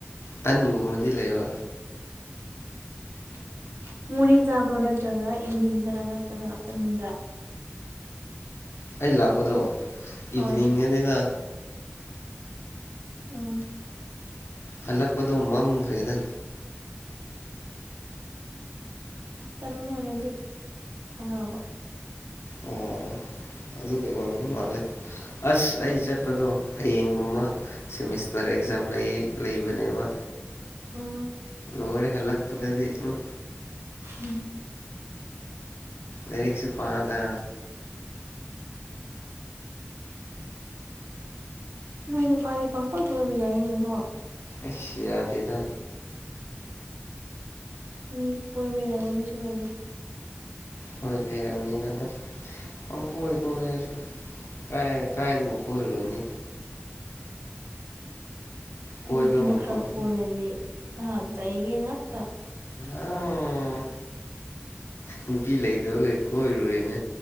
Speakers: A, on the left (about 75°); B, on the right (about 70°).
A: ꯇꯟꯒꯨꯝꯕꯗꯤ ꯂꯩꯕ
B: <unintelligible> ꯃꯣꯔꯅꯤꯡ ꯆꯥꯕ꯭ꯔꯣ ꯅꯠꯇ꯭ꯔꯒ ꯏꯚꯤꯅꯤꯡꯗꯔ ꯅꯠꯇ꯭ꯔꯒ ꯑꯐꯇꯔꯅꯨꯟꯗ꯭ꯔꯥ
A: ꯑꯩ ꯂꯥꯛꯀꯣꯗ
B: ꯍꯣꯏ
A: ꯏꯚꯅꯤꯡꯗꯅꯦꯗ
B: ꯎꯝ
A: ꯍꯜꯂꯛꯄꯗꯣ ꯃꯝꯈ꯭ꯔꯦꯗ
B: ꯅꯇꯅꯣꯅ ꯑꯣꯏꯔꯗꯤ ꯐꯪꯉꯗꯕ
A: ꯑꯣ ꯑꯣ ꯑꯗꯨꯒꯤ ꯑꯣꯏ ꯃꯥꯠꯂꯦ ꯑꯁ ꯑꯩ ꯆꯠꯄꯗꯣ ꯍꯌꯦꯡꯒꯨꯝꯕ ꯁꯦꯃꯤꯁꯇꯔ ꯑꯦꯛꯖꯥꯝ ꯂꯩꯌꯦ ꯂꯩꯕꯅꯦꯕ
B: ꯎꯝ
A: ꯂꯣꯏꯅ ꯍꯜꯂꯛꯄꯗꯗꯤ ꯎꯝ
B: ꯎꯝ
A: ꯂꯥꯏꯔꯤꯛꯁꯨ ꯄꯥꯗ
B: ꯅꯣꯏ ꯅꯨꯄꯥꯗꯤ ꯄꯪꯀꯣꯏꯕ ꯀꯣꯏꯕ ꯌꯥꯏꯅꯦꯕꯣ
A: ꯑꯁ ꯌꯥꯗꯦꯗ
B: ꯃꯤ ꯀꯣꯏꯕ ꯌꯥꯕ ꯃꯤꯁꯨ ꯂꯩꯌꯦ
A: ꯍꯣꯏ ꯂꯩꯔꯝꯅꯤꯗ ꯍꯣꯏ ꯀꯥꯏ ꯀꯥꯗꯕꯨ ꯀꯣꯢꯔꯨꯅꯤ ꯀꯣꯏꯕ
B: ꯅꯨꯄꯤꯅ
A: ꯃꯐꯝꯁꯤ
B: ꯈꯔ ꯀꯣꯏꯔꯗꯤ ꯅꯍꯥꯛ ꯆꯩꯒꯦ ꯉꯥꯛꯇ
A: ꯑꯝ ꯅꯨꯄꯤ ꯂꯩꯗꯣ ꯀꯩ ꯀꯣꯏꯔꯨꯢꯅꯦ